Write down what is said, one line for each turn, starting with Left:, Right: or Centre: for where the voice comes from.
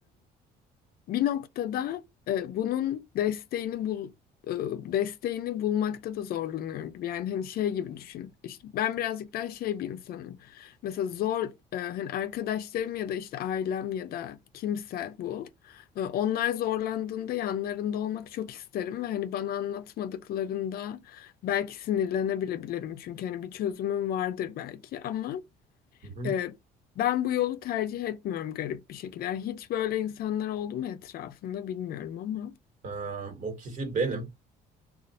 Left: bir noktada e, bunun desteğini bul e, desteğini bulmakta da zorlanıyorum gibi. Yani hani şey gibi düşün. İşte ben birazcık daha şey bir insanım. Mesela zor e, hani arkadaşlarım ya da işte ailem ya da kimse bu. E, onlar zorlandığında yanlarında olmak çok isterim ve hani bana anlatmadıklarında belki sinirlenebilebilirim. Çünkü hani bir çözümüm vardır belki ama
Right: Hı hı.
Left: ee, ben bu yolu tercih etmiyorum garip bir şekilde. Yani hiç böyle insanlar oldu mu etrafında bilmiyorum ama.
Right: Ee, o kişi benim.